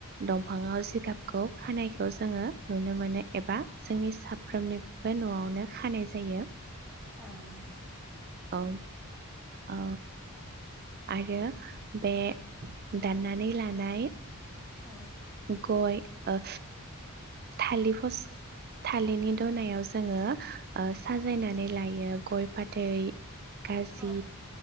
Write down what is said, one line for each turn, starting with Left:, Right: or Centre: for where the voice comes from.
Right: दंफाङाव जिगाबखौ खानायखौ जोङो नुनो मोनो एबा जोंनि साफ्रोमनिबो न'आवनो खानाय जायो
Centre: औ नंगौ
Right: औ ओ आरो बे दाननानै लानाय
Centre: औ
Right: गय ओ थालिर फसला थालिरनि दनायाव जोङो साजायनानै लायो गय फाथै खासि
Centre: औ